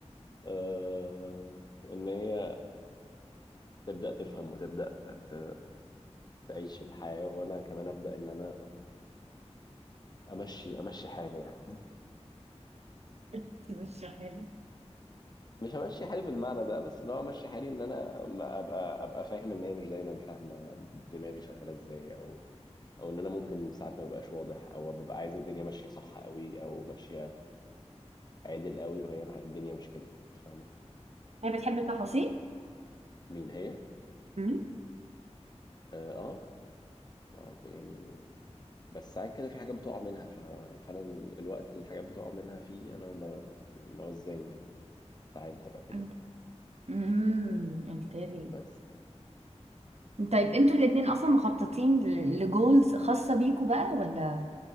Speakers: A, on the left; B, on the right.
A: آه... ان هي تبدا تفهم وتبدا ت... تعيش الحياه وانا كمان ابدا ان انا امشي امشي حالي يعني
B: <laughs> مش حلو
A: مش همشي حالي بالمعنى ده بس اللي هو امشي حالي ان انا أما ابقى ابقى فاهم ان هي مش دايما فاهمه دماغي شغاله ازاي او او ان انا ممكن ساعات ما ببقاش واضح او ببقى عايز الدنيا ماشيه صح قوي او ماشيه عادل قوي وهي الدنيا مش كده فاهمه
B: هي بتحب التفاصيل
A: مين هي
B: مم.
A: اه اه آه، يعني بس ساعات كده في حاجات بتقع منها ف... فانا ال- الوقت اللي الحاجات بتقع منها فيه انا ما- اللي هو ازاي يعني ساعات ببقى كده
B: انت امم قلت لي
A: بس يعني
B: طيب انتوا الاتنين اصلا مخططين لجولز خاصة بيكوا بقى ولا